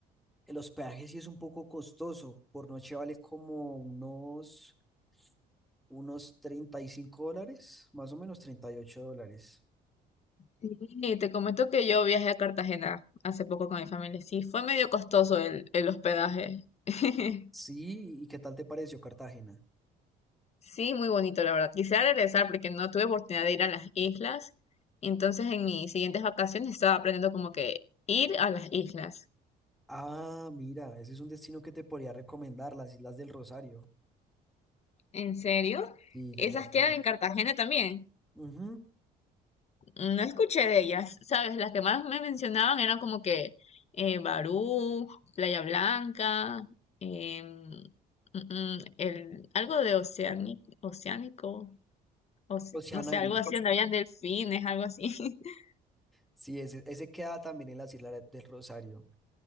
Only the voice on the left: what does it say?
Y te comento que yo viajé a Cartagena hace poco con mi familia. Sí, fue medio costoso el, el hospedaje. <laughs>
Sí, muy bonito, la verdad. Quisiera regresar porque no tuve oportunidad de ir a las islas. Entonces, en mis siguientes vacaciones estaba aprendiendo como que ir a las islas.
¿En serio?
¿Esas
quedan en Cartagena también?
Mm, No escuché de ellas, ¿sabes? Las que más me mencionaban eran como que eh, Barú, Playa Blanca, em, mm, mm, el, algo de oceánico, oceánico, oce-
no sé, algo así, donde habían delfines, algo así. <laughs>